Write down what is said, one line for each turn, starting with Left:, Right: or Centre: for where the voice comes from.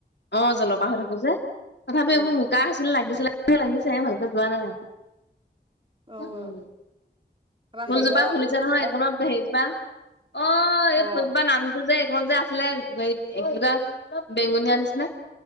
Left: অ', জলপাহ থাক তথাপি
Right: উম।
Left: এইবোৰ বুকা আছিল লাগিছিল লাগিছে ভালকে যোৱা নাই।
Right: অ',
Left: উম
Right: তাৰপা
Left: ফুলজোপা
Right: হেৰিয়
Left: ফুলিছে
Right: উম, কি
Left: নহয়
Right: কয়
Left: এ কণত হেৰিজোপা অ', এই
Right: অ',
Left: ফুলজোপা নামটো যে ত যে আছিলে হেইত কিবা বেঙুনীয়া নিচিনা